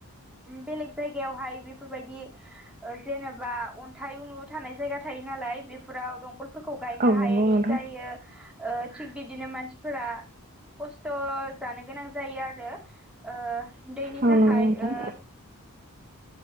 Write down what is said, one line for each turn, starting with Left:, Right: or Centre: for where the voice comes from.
Centre: बेलेग जायगायावहाय बेफोरबायदि जेनेबा अन्थाइ उनु थानाय जायगा थायो नालाय बेफोराव दंखल फोरखौ गायनो
Right: नोंथां औ
Centre: हायै
Right: नंगौ नोंथां औ नंगौ नोंथां
Centre: जायो। ओ थिग बिदिनो मानसिफोरा खस्थ' जानो गोनां जायो आरो। ओ दैनि
Right: औ
Centre: थाखाय
Right: नंगौ नोंथां औ नंगौ नोंथां
Centre: ओ